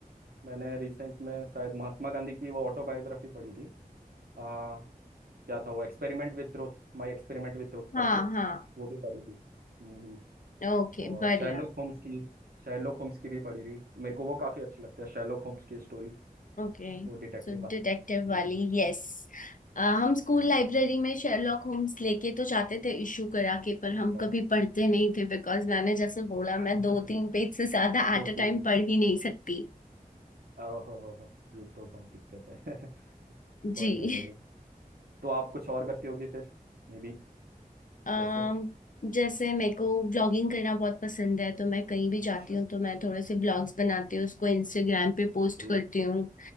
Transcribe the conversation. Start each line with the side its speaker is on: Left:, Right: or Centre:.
Right: मैंने रिसेंट में शायद महात्मा गांधी की वो ऑटोबायोग्राफी पढ़ी थी आ, क्या था वो experiment with truth my experiment with truth करके
Left: हाँ हाँ
Right: वो भी पढ़ी थी हम्म हम्म।
Left: ओके
Right: और
Left: बढ़िया
Right: शेरलॉक होम्स की शेरलॉक होम्स की भी पढ़ी थी मेरे को वो काफ़ी अच्छी लगती है शेरलॉक होम्स की स्टोरी
Left: ओके
Right: वो डिटेक्टिव
Left: सो
Right: वाली
Left: डिटेक्टिव
Right: हम्म,
Left: वाली यस हम स्कूल
Right: हम्म,
Left: लाइब्रेरी में शेरलॉक होम्स लेके तो जाते थे इशू करा के पर
Right: अच्छा
Left: हम कभी पढ़ते नहीं थे बिकॉज मैंने जैसे बोला
Right: <laughs>
Left: मैं दो तीन पेज से ज्यादा एट
Right: दो
Left: अ
Right: तीन
Left: टाइम
Right: बुक
Left: पढ़ ही नहीं सकती
Right: ओहो हो हो ये तो बहुत दिक्कत है <laughs> कोई
Left: जी
Right: नहीं कोई नहीं तो आप कुछ और करती होगी फिर मे बी
Left: अम,
Right: जैसे
Left: जैसे मेरे को ब्लॉगिंग करना बहुत पसंद है तो मैं कहीं भी जाती
Right: अच्छा
Left: हूँ तो मैं थोड़े से ब्लॉग्स बनाती हूँ उसको इंस्टाग्राम पे पोस्ट
Right: Okay
Left: करती हूँ